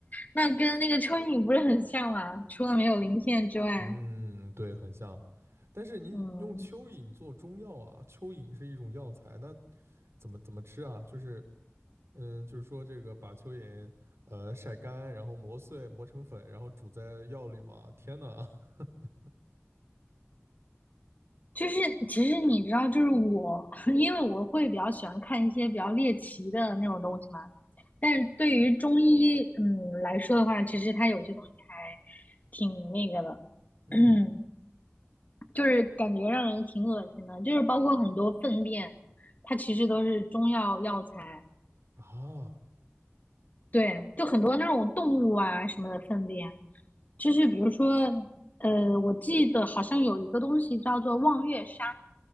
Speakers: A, on the left; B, on the right.
A: 那跟那个蚯蚓不是很像吗？除了没有鳞片之外，
B: 嗯对很像，但是您用蚯蚓做中药啊，
A: 嗯，
B: 蚯蚓是一种药材，那怎么怎么吃啊？就是嗯、呃就是说这个把蚯蚓呃晒干，然后磨碎磨成粉，然后煮在药里嘛，天呐！<laughs>
A: 就是其实你知道，就是我，<laughs> 因为我会比较喜欢看一些比较猎奇的那种东西嘛。但是对于中医，嗯来说的话，其实它有些东西还挺那个的。
B: 嗯
A: <clears throat> 就是感觉让人挺恶心的，就是包括很多粪便，它其实都是中药药材，
B: 啊，
A: 对，就很多那种动物啊什么的粪便，就是比如说，呃，我记得好像有一个东西叫做望月沙，